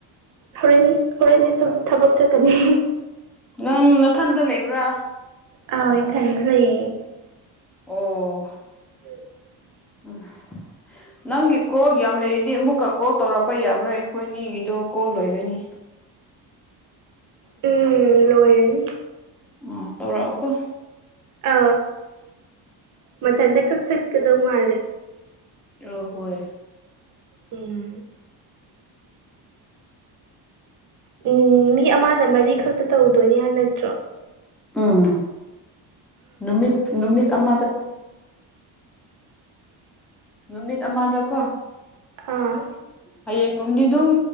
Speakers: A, on the right; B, in the centre.
A: ꯍꯣꯔꯦꯟ ꯍꯣꯔꯦꯟꯗꯤ ꯁꯨꯝ ꯊꯕꯛ ꯆꯠꯀꯅꯤ꯫
B: ꯅꯪ ꯅꯊꯟꯇ ꯂꯩꯕ꯭ꯔꯥ?
A: ꯑꯧ ꯏꯊꯟꯗ ꯂꯩꯌꯦ ꯫
B: ꯑꯣ
A: <unintelligible>
B: ꯎꯝ ꯅꯪꯒꯤ ꯀꯣꯜ ꯌꯥꯝ ꯂꯩꯔꯤꯗꯤ ꯑꯃꯨꯛꯀ ꯀꯣꯜ ꯇꯧꯔꯛꯄ ꯌꯥꯕ꯭ꯔꯥ ꯑꯩꯈꯣꯏꯅꯤꯒꯤꯗꯣ ꯀꯣꯜ ꯂꯣꯏꯔꯅꯤ꯫
A: ꯎꯝ ꯂꯣꯏꯔꯅꯤ꯫
B: ꯎꯝ ꯇꯧꯔꯛꯑꯣꯀꯣ
A: ꯑ ꯃꯊꯟꯗ ꯀꯛꯊꯠ ꯀꯗꯧ ꯃꯥꯂꯦ꯫
B: ꯑ ꯍꯣꯏ
A: ꯎꯝ ꯎꯝ ꯃꯤ ꯑꯃꯅ ꯃꯔꯤꯈꯛꯇ ꯇꯧꯗꯣꯏꯅꯦ ꯍꯥꯏ ꯅꯠꯇ꯭ꯔꯣ?
B: ꯎꯝ ꯅꯨꯃꯤꯠ ꯅꯨꯃꯤꯠ ꯑꯃꯗ ꯅꯨꯃꯤꯠ ꯑꯃꯗꯀꯣ
A: ꯑꯥ
B: ꯍꯌꯦꯡꯒꯨꯝꯗꯤ ꯑꯗꯨꯝ